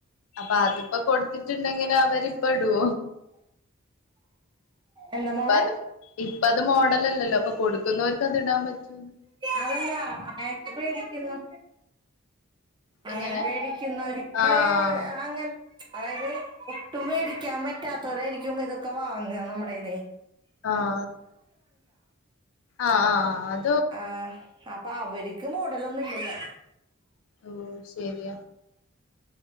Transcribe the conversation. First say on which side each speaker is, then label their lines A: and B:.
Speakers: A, on the left; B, on the right.
A: അപ്പൊ അതിപ്പോ കൊടുത്തിട്ടുണ്ടെങ്കില് അവരിപ്പടോ?
B: എന്താ
A: ഇപ്പത്
B: മോളെ
A: ഇപ്പത് മോഡലല്ലല്ലോ അപ്പൊ കൊടുക്കുന്നോർക്കത് ഇടാം പറ്റൂന്ന്
B: അതല്ലാ മേക്ക് പേടിക്ക്യുന്നു അങ്ങനെ
A: എങ്ങനെ
B: മേടിക്കുന്നോര്ക്ക്
A: ആഹ്
B: അങ്ങനെ അതായത് ഒട്ടും വേടിക്കാൻ
A: ആഹ്
B: പറ്റാത്തവരായിരിക്കും ഇതൊക്കെ വാങ്ങ നമ്മടേന്നെ
A: ആഹ് ആഹ് ആഹ് അഹ് ത്
B: ആഹ് അപ്പൊ അവര്ക്ക് മോഡലൊന്നുംല്ല്യല്ലോ.
A: ഉം ശെരിയ.